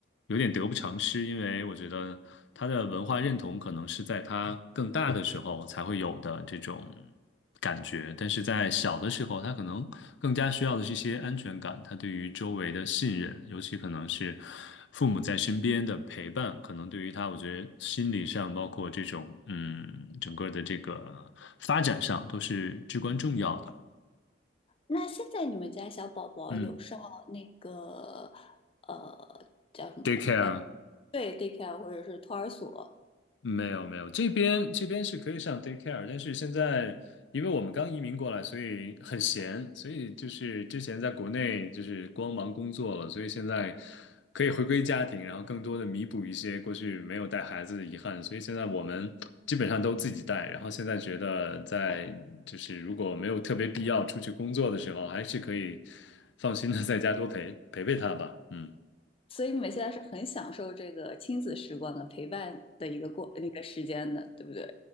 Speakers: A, on the left; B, on the left.
A: 有点得不偿失，因为我觉得他的文化认同可能是在他更大的时候才会有的这种。感觉，但是在小的时候，他可能更加需要的是一些安全感，他对于周围的信任，尤其可能是父母在身边的陪伴，可能对于他，我觉得心理上，包括这种嗯，整个的这个发展上，都是至关重要的。
B: 那现在你们家小宝宝有上那个
A: 嗯
B: 呃叫什么？
A: t a k e c a r e
B: 对 daycare 或者是托儿所？
A: 没有没有，这边这边是可以上 daycare，但是现在因为我们刚移民过来，所以很闲，所以就是之前在国内就是光忙工作了，所以现在可以回归家庭，然后更多的弥补一些过去没有带孩子的遗憾，所以现在我们基本上都自己带，然后现在觉得在就是如果没有特别必要出去工作的时候，还是可以放心的在家多陪陪陪他吧，嗯。
B: 所以你们现在是很享受这个亲子时光的陪伴的一个过那个时间的，对不对？